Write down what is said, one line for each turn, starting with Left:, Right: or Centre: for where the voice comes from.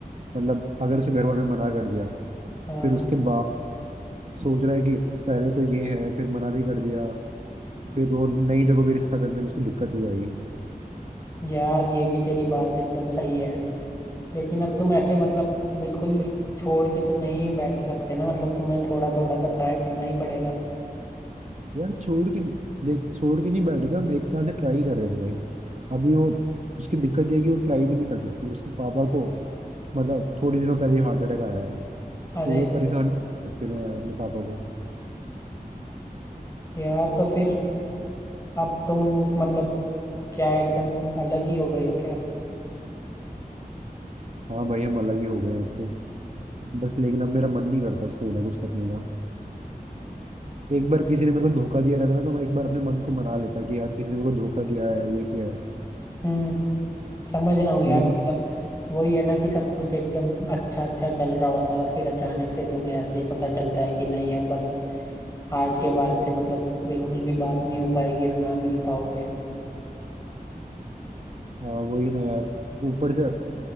Right: मतलब अगर उसे घर वालों ने मना कर दिया
Left: हाँ
Right: फिर उसके बाद सोच रहा है कि पहले तो ये है फिर मना भी कर दिया फिर वो नई जगह भी रिश्ता करने में उसको दिक्कत हो जाएगी
Left: यार ये भी तेरी बात एकदम सही है लेकिन अब तुम ऐसे मतलब बिल्कुल छोड़ के तो नहीं बैठ सकते ना मतलब तुम्हें थोड़ा थोड़ा तो ट्राई करना ही पड़ेगा तो
Right: यार छोड़ के देख छोड़ के नहीं बैठे थे हम एक साल से ट्राई कर रहे थे भाई अभी वो उसकी दिक्कत ये है कि वो ट्राई भी नहीं कर सकती उसके पापा को मतलब थोड़ी दिनों पहले ही हार्ट अटैक आया है
Left: अरे
Right: तो वो परेशान कर सकते ना यार अपने पापा को
Left: यार तो फिर अब तुम मतलब क्या एकदम अलग ही हो गई हो क्या
Right: हाँ भाई हम अलग ही हो गए अब तो बस लेकिन अब मेरा मन नहीं करता उसको बिना कुछ करने का एक बार किसी ने मेरे को धोखा दिया रहता ना तो मैं एक बार अपने मन को मना लेता कि यार किसी ने मेरे को धोखा दिया है ये किया है
Left: हम्म समझ रहा हूँ यार
Right: लेकिन
Left: मतलब वही है ना कि सब कुछ एकदम अच्छा अच्छा चल रहा होता है और फिर अचानक से तुम्हें ऐसे पता चलता है कि नहीं अब बस आज के बाद से मतलब बिल्कुल भी बात नहीं हो पाएगी और ना मिल पाओगे
Right: हाँ वही ना यार ऊपर से